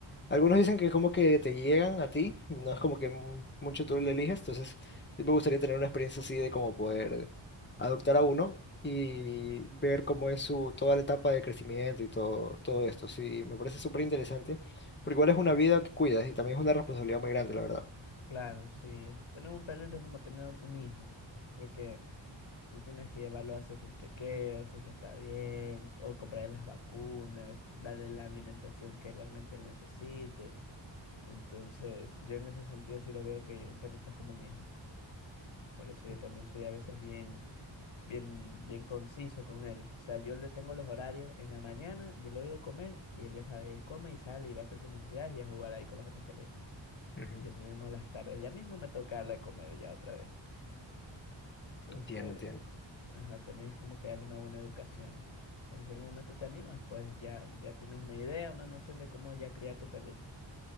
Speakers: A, on the left (about 25°); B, on the left (about 75°).
A: Algunos dicen que es como que te llegan a ti, no es como que mu- mucho tú lo eliges, entonces sí me gustaría tener una experiencia así de como poder adoptar a uno y ver cómo es su toda la etapa de crecimiento y todo, todo esto. Sí, me parece súper interesante, porque igual es una vida que cuidas y también es una responsabilidad muy grande, la verdad.
B: claro, sí. Tener un perrito es como tener un un hijo. Porque tú tienes que llevarlo a hacer sus chequeos, si es que está bien, o comprarle las vacunas, darle la alimentación que realmente él necesite. Entonces, yo en ese sentido sí lo veo que un perrito es como un hijo. Por eso yo
A: Mm,
B: también soy a veces bien. bien, bien conciso con él. O sea, yo le tengo los horarios en la mañana, yo le doy de comer y él ya sabe, él come y sale y va a hacer sus necesidades y a jugar ahí con las otras perritas.
A: ujú,
B: Y así mismo en las tardes, ya mismo me toca darle de comer ya otra vez. Entonces,
A: Entiendo, entiendo.
B: ajá, también es como que darle una buena educación. Entonces, si en un momento te animas, pues ya, ya tienes una idea, una noción de cómo ya criar tu perrito.